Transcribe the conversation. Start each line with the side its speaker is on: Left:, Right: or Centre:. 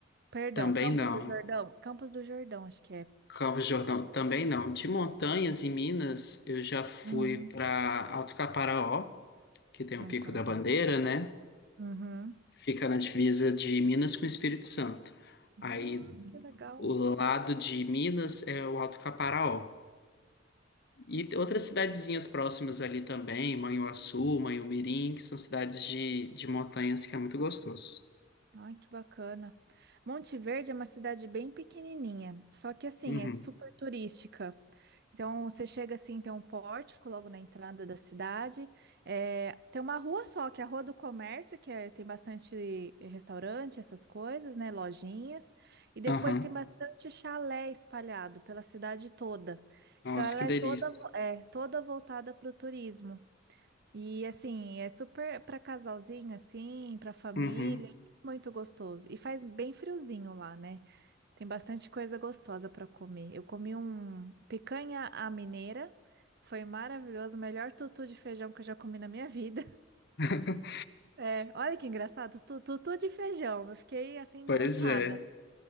Right: Perdão,
Left: Também
Right: Campos
Left: não.
Right: do Jordão? Campos do Jordão, acho que é.
Left: Campos do Jordão, também não. De montanhas em Minas, eu já fui
Right: Uhum,
Left: para Alto Caparaó, que tem o
Right: não
Left: Pico
Right: conheço.
Left: da Bandeira, né?
Right: Uhum.
Left: Fica na divisa de Minas com o Espírito Santo. Aí
Right: Ah, que legal.
Left: O lado de Minas é o Alto Caparaó. E t- outras cidadezinhas próximas ali também, Manhuaçu, Manhumirim, que são cidades de, de montanhas que é muito gostoso.
Right: Ai, que bacana. Monte Verde é uma cidade bem pequenininha, só que assim,
Left: Uhum.
Right: é super turística. Então, você chega assim, tem um pórtico logo na entrada da cidade. É, tem uma rua só, que é a Rua do Comércio, que é- tem bastante restaurante, essas coisas, né? Lojinhas. E depois
Left: Aham.
Right: tem bastante chalé espalhado pela cidade toda.
Left: Nossa,
Right: Então, ela
Left: que delícia.
Right: é toda, vo- é, toda voltada para o turismo. E assim, é super para casalzinho assim, para família,
Left: Uhum.
Right: muito gostoso. E faz bem friozinho lá, né? Tem bastante coisa gostosa para comer. Eu comi um picanha à mineira, foi maravilhoso, o melhor tutu de feijão que eu já comi na minha vida. <laughs>
Left: <laughs>
Right: É, olha que engraçado, tu- tutu de feijão. Eu fiquei assim encantada.
Left: Pois é.